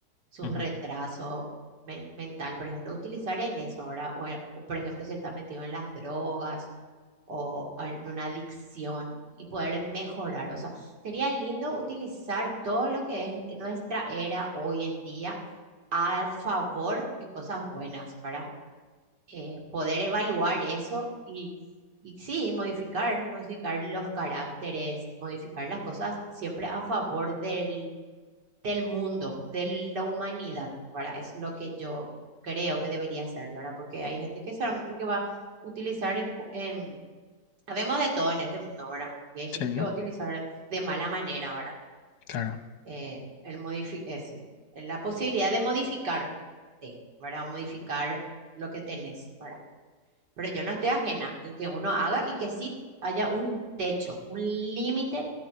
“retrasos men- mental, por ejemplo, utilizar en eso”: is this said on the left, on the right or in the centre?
Right